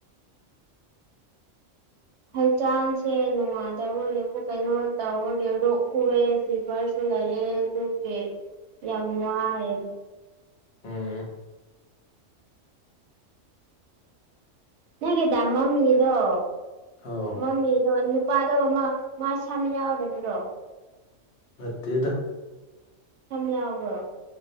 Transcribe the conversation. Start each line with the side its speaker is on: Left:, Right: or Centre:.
Right: ꯍꯩꯆꯥꯡꯁꯦ ꯅꯨꯡꯉꯥꯏꯇꯕꯒꯤ ꯄꯨꯛ ꯀꯩꯅꯣ ꯇꯧꯕꯒꯤ ꯂꯣꯛ ꯈꯨꯋꯦ ꯐꯤꯕ꯭ꯔꯁꯨ ꯂꯩꯌꯦ ꯑꯗꯨꯒꯤ ꯌꯥꯝ ꯋꯥꯏꯌꯦ
Left: ꯎꯝ
Right: ꯅꯪꯒꯤ ꯗꯥ ꯃꯝꯃꯤ ꯗꯣ
Left: ꯑꯥꯎ
Right: ꯃꯝꯃꯤꯗꯣ ꯅꯨꯞ ꯄꯥꯗꯣ ꯃꯥ ꯃꯥꯁꯝ ꯌꯥꯎꯗꯕꯔꯣ
Left: ꯅꯠꯇꯦꯗ
Right: ꯁꯝ ꯌꯥꯎꯕ꯭ꯔꯣ